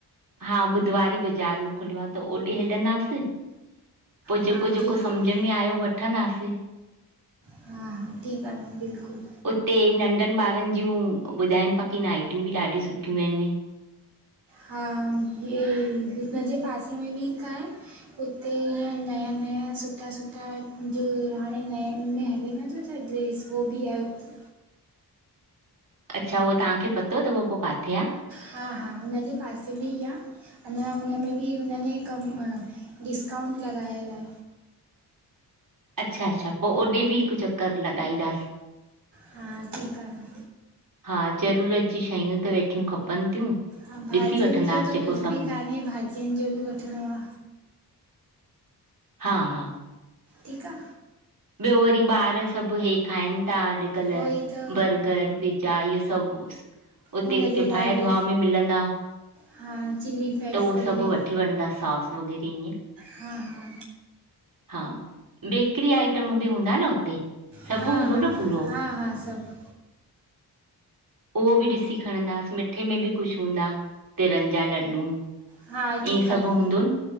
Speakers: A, on the right; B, on the right.
A: हा बुधवारी ई बाज़ारि में खुलियो आह त ओॾे हलंदासीं पो
B: हा
A: जेको जेको
B: ठीकु
A: सम्झ
B: आहे
A: में आयो वठंदासीं
B: हा हा ठीकु आहे न बिल्कुलु
A: उते नंढनि ॿारनि जियूँ ॿुधाइनि पकी नाइटियूं बि ॾाढियूं सुठियूं आहिनि
B: हा हे हिन जे पासे में बि हिक आहे हुते ईअं नया-नया, सुठा-सुठा जे हाणे नए में हले न उते छाहे ड्रेस हो बि आहे हुत
A: अच्छा उहो तव्हांखे पतो अथव पो काथे आ?
B: हा हा हुनजे पासे में ई आ अञा हुनमें बि हुनने कम डिस्काउंट लॻायल आ।
A: अच्छा-अच्छा पो ओॾे बि हिकु चकर लॻाईंदासीं।
B: हा ठीकु आ न।
A: हा ज़रूरत जी शयूं त वेठियूं खपनि थियूं।
B: हा भाजियुनि
A: ॾिसी वठंदासीं
B: जो त
A: जेको
B: कुझु
A: सम
B: बि कान्हे, भाजियुनि जो बि वठिणो आ।
A: हा हा।
B: ठीकु आ।
A: ॿियो वरी ॿार सभु हे खाइनि था अॼुकल्ह
B: हो ई त
A: बर्गर पिज़्ज़ा इहो सभु उते
B: हुन
A: किफ़ायत
B: जे लाइ बि
A: भाव में मिलंदा,
B: हा चिली फ्लेक्स
A: त उहो
B: वग़ैरह
A: सभु वठी वनदा सास। वग़ैरह ईंअ
B: हा हा
A: हा बेकरी आइटम बि हूंदा न हुते? सभु
B: हा
A: हूंदो
B: हा
A: न पूरो?
B: हा हा सभु।
A: उहो बि ॾिसी खणंदासि, मिठे में बि कुझु हूंदा तिरनि जा लॾूं।
B: हा ठीकु
A: ईअं सभु
B: आ न,
A: हूंदो